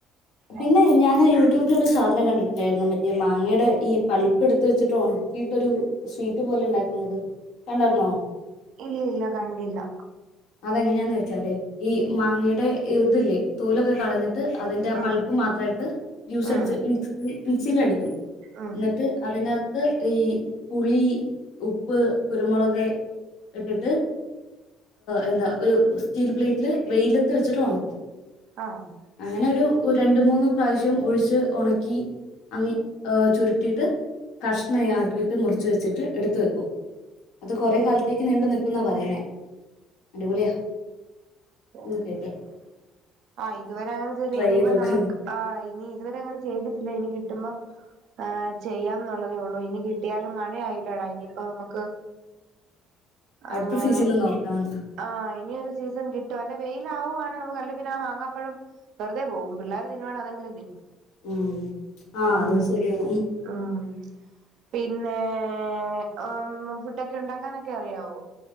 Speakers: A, on the left; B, on the right.
A: പിന്നെ
B: ഏ
A: ഞൻ യു ട്യൂബിലെ ഒരു സാധനം കണ്ടിട്ടുണ്ടായിരുന്നു. മറ്റേ മാങ്ങയുടെ ഈ പളിപ്പ് എടുത്ത് വച്ചിട്ട് ഉണക്കിയിട്ടൊരു സ്വീറ്റ് പോലെ ഇണ്ടാക്കുന്നത്. കണ്ടരുന്നോ?.
B: ഇല്ല ഇല്ല കണ്ടില്ല.
A: അതെങ്ങനെയാന്ന് വെച്ചാലെ, ഈ മാങ്ങയുടെ ഇതില്ലെ തോലൊക്കെ കളഞ്ഞിട്ട് ട്ട് അതിന്റെ
B: ഉം
A: പൾപ്പ് മാത്രമായിട്ട് ജൂസ്
B: ഉം
A: എടുത്ത് മിക്സി മിക്സിയിൽ അടിക്കും.
B: ഉം
A: എന്നി ട്ട് അതിനകത്ത് ഈ പുളി, ഉപ്പ്, കുരുമുളക്, ഇട്ടിട്ട്. എന്താ ഒരു സ്റ്റീൽ പ്ലേറ്റില് വെയിലത്ത് വെച്ചിട്ട് ഉണക്കും.
B: ആണെ
A: അങ്ങനെ ഒരു രണ്ട്, മൂന്ന് പ്രാവശ്യം ഒഴിച്ച് ഉണക്കി അങ്ങി ഹേ ചുരുട്ടിയിട്ട് കഷ്ണം ആക്കിയിട്ട് മുറച്ച് വെച്ചിട്ട് എടുത്ത് വെക്കും. അത് കൊറെ
B: ഓഹോ
A: കാലത്തേക്ക് നീണ്ടു നിൽക്കുന്നാ പറയുന്നേ, അടിപൊളിയാ.
B: ഓക്കെ
A: നിക്കട്ടെ
B: ഓക്കെ ആ ഇതുവരെ അങ്ങനെ ചെയ്ല്ല. ഇനിയിപ്പം
A: ചെയ്ത് നോക്ക്
B: നമുക്ക് ആഹ് ഇനി ഇതുവരെ അങ്ങനെ ചെയ്തിട്ടില്ല. ഇനി കിട്ടുമ്പോ ആ ചെയ്യാം എന്നുള്ളതേ ഉള്ളൂ ഇനി കിട്ടിയാലും മഴ ആയില്ലേടാ ഇനിയിപ്പോ നമുക്ക്
A: അടുത്ത
B: അങ്ങനെ
A: സീസണിൽ നോക്കാം
B: ആഹ ഇനിയൊരു സീസൺ കിട്ട ട്ടും അല്ലെ വെയില ആകുവാണ് നമ്മുക്ക്ല്ല പിന്നെ മാങ്ങപ്പഴം വെറുതെ പോകും. പിള്ളാര് തിന്നുവാണങ്കിൽ അതെങ്കിലും തിന്നും
A: ഉം ആഹ്
B: ഉം
A: അതും ശരിയാ
B: ഉം പിന്നെ ആം ഫുഡൊക്കെ ഉണ്ടാക്കാനൊക്കെ അറിയാവോ?.